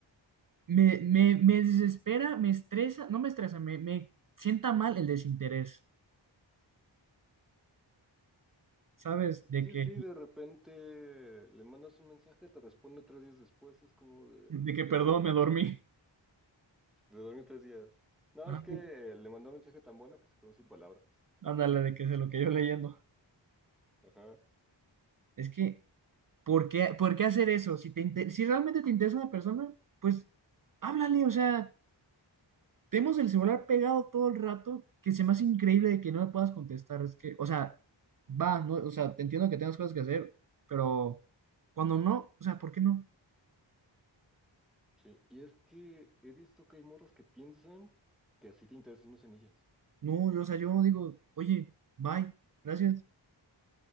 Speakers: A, on the right; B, in the centre.
A: me, me, me desespera, me estresa, no me estresa, me, me sienta mal el desinterés, ¿sabes? De
B: Que
A: que,
B: si de repente le mandas un mensaje, te responde tres días después, es como de,
A: de que, perdón,
B: eh,
A: me dormí.
B: de dormir tres días. No,
A: <laughs> Ajá,
B: es que le mandó un mensaje tan bueno que se quedó sin palabras.
A: Ándale, de que se lo que yo leyendo.
B: Ajá,
A: Es que, ¿por qué, por qué hacer eso? Si te inte- si realmente te interesa una persona, pues háblale, o sea, tenemos el celular pegado todo el rato, que se me hace increíble de que no me puedas contestar, es que, o sea, va, no, o sea, te entiendo que tengas cosas que hacer, pero cuando no, o sea, ¿por qué no?
B: sí. Y es que he visto que hay morros que piensan que así te interesas más en ellas.
A: No, yo, o sea, yo digo, oye, bye, gracias.